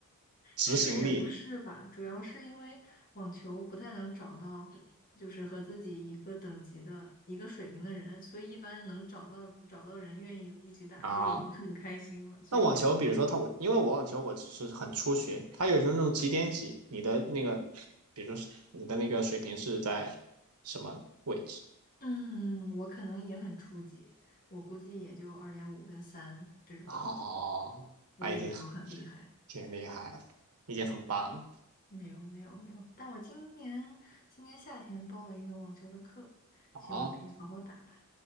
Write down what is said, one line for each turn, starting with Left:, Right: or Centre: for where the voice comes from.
Right: 执行力
Left: 是也不是吧，主要是因为网球不太能找到，就是和自己一个等级的、一个水平的人，所以一般能找到找到人愿意一起打就已经很开心了。
Right: 啊。
Left: 所以就
Right: 那网球，比如说他，我因为我网球我只是很初学，他有时候那种几点几，你的那个，比如说是你的那个水平是在什么位置？
Left: <laughs>，嗯，我可能也很初级，我估计也就二点五跟三这种，
Right: 哦，
Left: 我也没有很厉害，
Right: 那已经挺厉害了，已经很棒了
Left: 没有没有没有。但我今年今年夏天报了一个网球的课，
Right: 啊！
Left: 希望可以好好打吧，